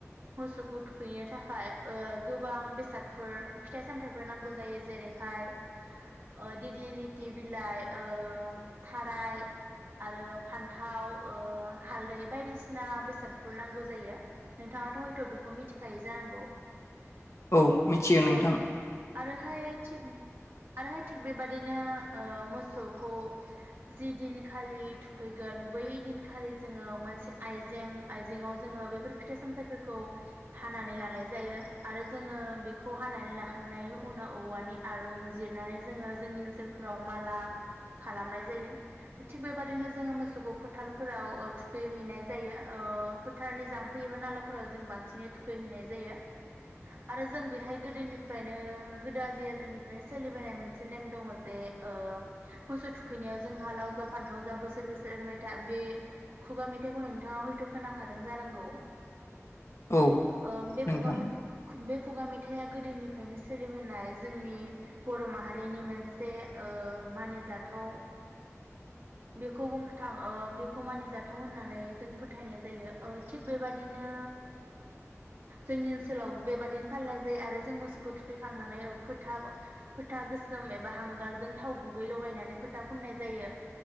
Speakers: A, on the right (about 50°); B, on the left (about 65°).
A: मोसौखौ थुखैनो थाखाय ओ गोबां बेसादफोर फिथाइ सामथाइफोर नांगौ जायो जेरैहाय ओ दिग्लि लिति बिलाइ ओ थाराय आरो फान्थाव ओ हालदै बायदिसिना बेसादफोर नांगौ जायो नोंथाङाथ हयथ बेखौ मिथिखायै जानांगौ।
B: औ मिथियो
A: ओ
B: नोंथां
A: आरोहाय थिग आरोहाय थिग बेबादिनो ओ मोसौखौ जि दिन खालि थुखैगोन बै दिनखालि जोङो मोनसे आइजें आइजेंआव जोङो बेफोर फिथाइ सामथाइफोरखौ हानानै लानाय जायो आरो जोङो बेखौ हानानै लाखांनायनि उनाव औवानि आरुं जिरनानै जोङो जोंनि ओनसोलफ्राव माला खालामनाय जायो थिग बेबाददिनो जोङो मोसौखौ फो थारफोराव ओ थुखैहैनाय जायो ओ फोथारनि जाम्फै‌ एबा नालाफोराव जों बांसिनै थुखैहैनाय जायो आरो जों बेहाय गोदोनिफ्रायनो गोदो आजै आजौनिफ्रायनो सोलिबोनाय मोनसे नेम दङजे ओ मोसौ थुखैनायाव जोंहा लाव जा फान्थाव जा बोसोर बोसोर एरबाय था बे खुगा मेथाइखौ नोंथाङा हयथ खोनाखादों जानांगौ।
B: औ
A: ओ बे
B: नोंथां
A: खुगा मो बे खुगा मे थाइआ गोदोनिफ्रायनो सोलिबोनाय जोंनि बर' माहारिनि मोनसे ओ मानिजाथाव बेखौ बुं थां ओ बेखौ मानिजाथाव होननानै जों फोथायनाय जायो ओ थिग बेबादिनो जोंनि ओनसोलावबो बेबादिनो फालिनाय जायो आरो जों मोसौखौ थुखैखांनानै फोथा फोथा गोसोम एबा हांगारजों थाव गुबै लगायनानै फोथा फुननाय जायो